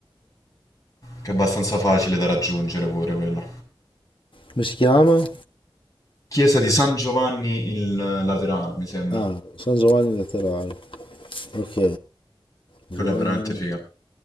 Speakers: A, on the left; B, on the left.
A: Che è abbastanza facile da raggiungere pure quella.
B: Come si chiama?
A: Chiesa di San Giovanni il Laterano, mi sembra.
B: Ah, San Giovanni Laterano. Ok, Giovanni
A: Quella è veramente figa.